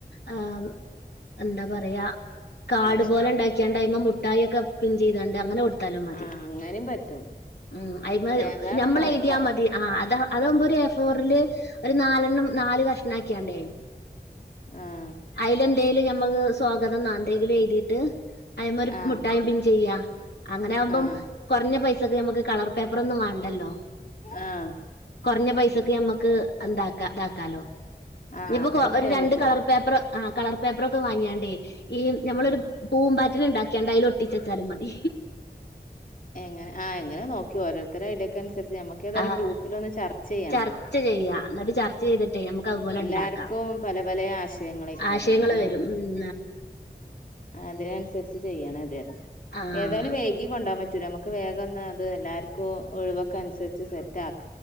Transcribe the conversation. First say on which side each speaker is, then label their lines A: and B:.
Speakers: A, on the left; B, on the left.
A: ഏഹ് എന്താ പറയാ കാട്
B: ആശ
A: പോലെ ഉണ്ടാക്കാണ്. ടൈമും മുട്ടായി ഒക്കെ. പിൻ ചെയ്തണ്ട് അങ്ങനെ കൊടുത്താലും മതി
B: ആഹ് അങ്ങനേം പറ്റും
A: ഉം അയ്മേ
B: ഏതാണ്
A: ഞമ്മള്
B: നോക്ക
A: എഴുതിയാൽ മതി. അതാ അതാകുമ്പോ എ ഫോറിലെ ഒരു നാലെണ്ണം നാല് കഷ ണ്ടാക്കേണ്ട <unintelligible>
B: ആഹ്
A: എന്തേലും ഞമ്മക്ക് സ്വാഗതം നാന്ത് എന്തെങ്കില് എഴുതി. ട്ട് അയ് ഒരു
B: ആഹ്
A: മുട്ടായി പിൻ ചെയ്യാ അങ്ങനെ ആകുമ്പോ
B: ആഹ്
A: കുറഞ്ഞ പൈസക്ക് നമുക്ക് കളർ പേപ്പ അപ്പറൊന്നും വേണ്ടല്ലോ
B: ആഹ്
A: കുറഞ്ഞ പൈസക്ക് ഞമ്മ ക്കെ എന്താക്കാം ഇതാക്കാലോ
B: ആഹ്
A: ഇനിയിപ്പൊ
B: അങ്ങനെ
A: കൊ ഒരു
B: ചെയ്യാൻ
A: രണ്ട്
B: പറ്റും
A: കളർ പേപ്പർ. ആഹ് കളർ പേപ്പർ ഒക്കെ വാങ്ങിയാണ്ടേ. ഈ ഞമ്മളൊരു
B: ആഹ്
A: പൂമ്പാ റ്റ ഉണ്ടാക്കേണ്ട അയിൽ ഒട്ടിച്ചുവെച്ചാലും മതി.
B: എങ്ങനെ ആഹ് എങ്ങനെ നോക്കി ഓരോരുത്തരുടെ ഇടയ്ക്ക്. ഞമ്മുക്ക് ഏതായാലും
A: ആഹ്
B: ഗ്രൂപ്പിൽ ഒന്ന് ചർച്ച ചെയ്യണം,
A: ചർച്ച ചെയ്യാ എന്നിട്ട് ചർച്ച ചെയ്തിട്ടേ നമുക്ക് അതുപോലെ
B: എല്ലാർക്കും
A: ഉണ്ടാക്കാം
B: പലപല ആശയങ്ങളക്കാരം
A: ആശയങ്ങള്
B: അപ്പൊ
A: വരും ഉം
B: അതിനനുസരി ചെയ്യണം അതു
A: ആഹ്
B: ഏതായാലും വേഗ കൊണ്ടുപോകാൻ പറ്റൂല നമുക്ക് വേഗയെന്നാ അത് എല്ലാർക്കും ഒഴുവൊക്കെ അനുസരിച്ച് സെറ്റ് ആക്ക